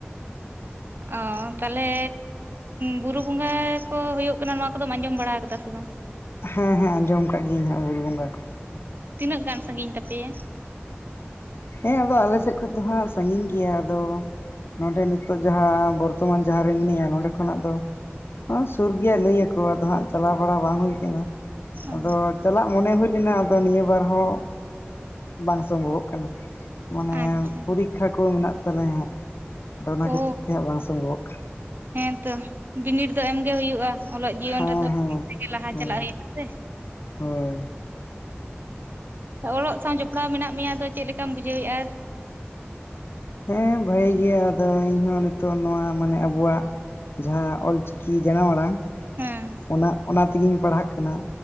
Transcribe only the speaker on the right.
ᱚ ᱛᱟᱦᱚᱞᱮ ᱵᱩᱨᱩ ᱵᱚᱸᱜᱟ ᱠᱚ ᱦᱩᱭᱩᱜ ᱠᱟᱱᱟ ᱱᱚᱣᱟ ᱠᱚᱫᱚᱢ ᱟᱸᱡᱚᱢ ᱵᱟᱲᱟ ᱟᱠᱟᱫᱟ ᱥᱮ ᱵᱟᱝ
ᱛᱤᱱᱟᱹᱜ ᱜᱟᱱ ᱥᱟᱺᱜᱤᱧ ᱛᱟᱯᱮᱭᱟ
ᱚ
ᱟᱪᱪᱷᱟ
ᱚ
ᱦᱮᱸᱛᱚ ᱵᱤᱱᱤᱰ ᱫᱚ ᱮᱢᱜᱮ ᱦᱩᱭᱩᱜᱼᱟ ᱚᱞᱚᱜ
ᱡᱤᱭᱚᱱ ᱨᱮᱫᱚ <unintelligible>
ᱛᱮᱜᱮ ᱞᱟᱦᱟ
ᱪᱟᱞᱟᱜ
ᱦᱩᱭᱩᱜ ᱟ ᱥᱮ
ᱚᱞᱚᱜ ᱥᱟᱶ ᱡᱚᱯᱲᱟᱣ ᱢᱮᱱᱟᱜ ᱢᱮᱭᱟ ᱟᱫᱚ ᱪᱮᱫ ᱞᱮᱠᱟᱢ ᱵᱩᱡᱷᱟᱹᱣ ᱮᱼᱟ
ᱦᱮᱸ